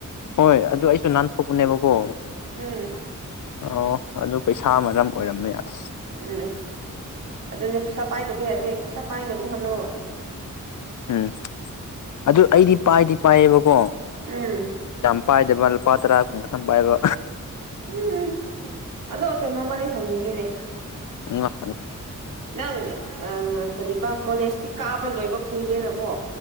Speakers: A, on the left; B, on the right.
A: ꯍꯣꯏ ꯑꯗꯨ ꯑꯩꯁꯨ ꯅꯥꯟꯊꯣꯛꯄꯅꯦꯕꯀꯣ
B: ꯎꯝ
A: ꯑꯣ ꯑꯗꯨ ꯄꯩꯁꯥ ꯃꯔꯝ ꯑꯣꯏꯔꯝꯃꯦ ꯑꯁ
B: ꯎꯝ ꯑꯗꯨꯅꯦ ꯄꯩꯁꯥ ꯄꯥꯏꯗꯕ ꯌꯥꯗꯦ ꯄꯩꯁꯥ ꯄꯥꯏꯅꯕ ꯍꯣꯠꯅꯧ
A: ꯎꯝ ꯑꯗꯨ ꯑꯩꯗꯤ ꯄꯥꯏꯗꯤ ꯄꯥꯏꯌꯦꯕꯀꯣ
B: ꯎꯝ
A: ꯌꯥꯝ ꯄꯥꯏꯗꯕ ꯂꯨꯄꯥ ꯇꯔꯥ ꯀꯨꯟ ꯈꯥꯊꯪ ꯄꯥꯏꯕ
B: ꯎꯝ ꯑꯗꯣ ꯀꯩꯅꯣꯝꯃꯗꯤ ꯍꯪꯅꯤꯡꯉꯤꯅꯦ
A: ꯍ <unintelligible>
B: ꯅꯪ ꯀꯔꯤꯕ ꯀꯣꯂꯦꯖꯇꯤ ꯀꯥꯕ ꯂꯣꯏꯕ ꯀꯨꯏꯔꯦꯅꯀꯣ